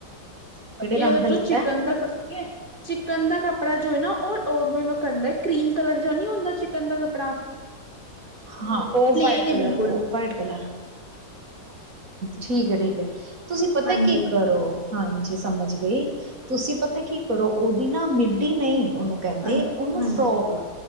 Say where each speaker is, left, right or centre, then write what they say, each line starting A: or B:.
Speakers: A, on the right; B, on the right.
A: ਕਿਹੜੇ ਰੰਗ
B: ਇਹ
A: ਦਾ
B: ਜੋ
A: ਲਿੱਤਾ
B: ਚਿਕਨ
A: ਹੈ?
B: ਦਾ ਸੀ। ਚਿਕਨ ਦਾ ਕੱਪੜਾ ਜੋ ਹੈ ਨਾ ਉਹਦਾ ਕਰੀਮ ਕਲਰ ਜਾਂ ਨਹੀਂ ਹੁੰਦਾ ਚਿਕਨ ਦਾ ਕੱਪੜਾ। ਪਲੇਨ
A: ਹਾਂ ਓਫ ਵਾਈਟ
B: ਹੈ
A: ਕਲਰ
B: ਬਿਲਕੁਲ।
A: Off white colour. ਠੀਕ ਹੈ, ਠੀਕ ਹੈ। ਤੁਸੀਂ ਪਤਾ
B: ਹਾਂਜੀ
A: ਕੀ ਕਰੋ। ਹਾਂਜੀ ਸਮਝ ਗਈ। ਤੁਸੀਂ ਪਤਾ ਕੀ ਕਰੋ ਉਹਦੀ ਨਾ ਮਿੱਢ ਨਹੀਂ। ਉਹਨੂੰ ਕਹਿੰਦੇ
B: ਹਾਂ
A: ਉਹਨੂੰ
B: ਹਾਂਜੀ
A: ਫਰੋਕ